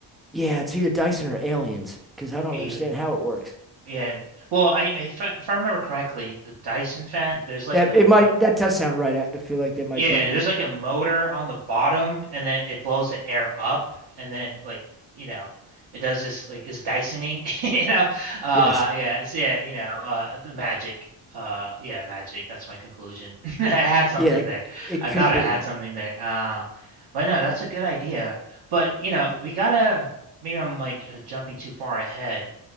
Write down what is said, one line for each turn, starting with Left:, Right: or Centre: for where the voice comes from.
Centre: yeah, it's either Dyson or Aliens because I don't
Right: A
Centre: understand how it works.
Right: yeah. Well, I, I- if I, if I remember correctly, the Dyson fan, there's like
Centre: That
Right: a,
Centre: it might
Right: a
Centre: that does sound right. I, I feel like that might
Right: Yeah,
Centre: be right.
Right: there's like a motor on the bottom and then it blows the air up and then like, you know, it does this like is Dysoning, <laughs> you know. Uh
Centre: yes,
Right: yeah, it's yeah, you know, uh the magic. Uh yeah, magic. That's my conclusion. <laughs> I had something
Centre: yeah, it,
Right: there.
Centre: it
Right: I
Centre: could
Right: thought
Centre: be.
Right: I had something there. Uh but no, that's a good idea. But you know, we gotta maybe I'm like uh, jumping too far ahead,